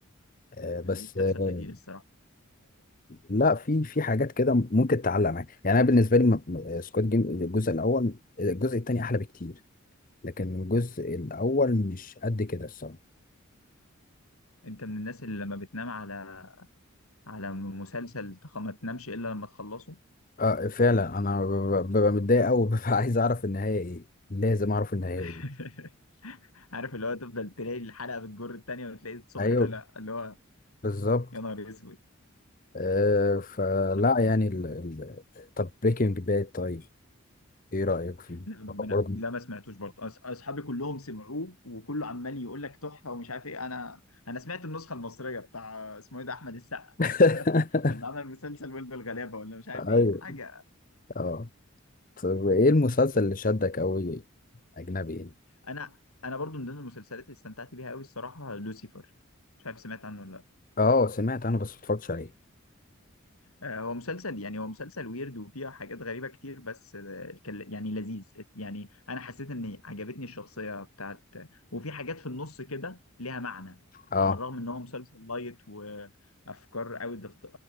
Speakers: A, on the left (about 40°); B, on the left (about 85°).
A: آه، بس
B: دي بتحصل
A: آه،
B: كتير الصراحه
A: لا في في حاجات كده ممكن تعلق معاك يعني انا بالنسبه لي م- م- سكواد جيم الجزء الاول الجزء الثاني احلى بكتير لكن الجزء الاول مش قد كده الصراحه
B: انت من الناس اللي لما بتنام على على مسلسل تخ- ما تنامش الا لما تخلصه
A: اه فعلا انا ب- ببقى متضايق قوي <laughs> ببقى عايز اعرف النهايه ايه لازم اعرف النهايه
B: <laughs>
A: ايه
B: عارف اللي هو تفضل تلاقي الحلقه بتجر التانيه وتلاقي الصبح
A: ايوه
B: طلع اللي هو
A: بالظبط
B: يا نهار اسود
A: آه فلا
B: انا
A: يعني ال... ال... طب بريكنج باد طيب ايه رايك فيه
B: لا ما-
A: برضه
B: أنا- لا ما سمعتوش برضه أص- اصحابي كلهم سمعوه وكله عمال يقول لك تحفه ومش عارف ايه انا انا سمعت النسخه المصريه بتاع اسمه ايه ده احمد السقا
A: <laughs>
B: <laughs> لما عمل مسلسل ولد الغلابه ولا مش عارف
A: ايوه
B: ايه حاجه
A: اه طب ايه المسلسل اللي شدك قوي اجنبي يعني
B: انا انا برضو من ضمن المسلسلات اللي استمتعت بيها قوي الصراحه لوسيفر مش عارف سمعت عنه ولا لا
A: اه سمعت انا بس متفرجتش عليه
B: آه، هو مسلسل يعني هو مسلسل ويرد وفيها حاجات غريبه كتير بس آه، كان- يعني لذيذ يعني انا حسيت ان عجبتني الشخصيه بتاعت وفي حاجات في النص كده ليها معنى
A: اه
B: على الرغم ان هو مسلسل لايت وافكار اوت اوف